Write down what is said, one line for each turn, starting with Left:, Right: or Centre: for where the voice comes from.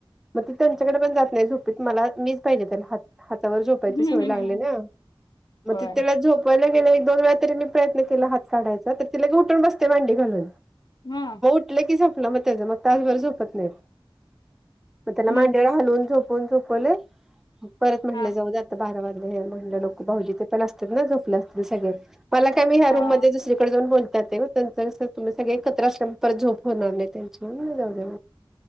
Centre: मग ती त्यांच्याकडे पण जात नाही झोपीत मला मीच पाहिजे त्याला हात हातावर झोपायची
Left: हम्म
Centre: सोय
Left: हम्म
Centre: लागली ना मग
Left: होय
Centre: त त्याला झोपायला गेले दोन वेळा तरी मी प्रयत्न केला हात काढाचा तर तिला के उठून बसते मांडी घालून
Left: हम्म
Centre: उठले की झोपलं मग त्याच मग तास भर झोपत नाई मग त्याला
Left: हम्म
Centre: मांडीवर हालवून झोप फ झोपवले परत म्हटले
Left: हा
Centre: जाऊ द आता बारा वाजले म्हट लोक ी पण झो अस म
Left: हा
Centre: <unintelligible> कडे जाऊन बोलतात ते त्यां तुम्ही सगळे एकत्र असल्या परत झोप होणार नाही त्यांची जाऊ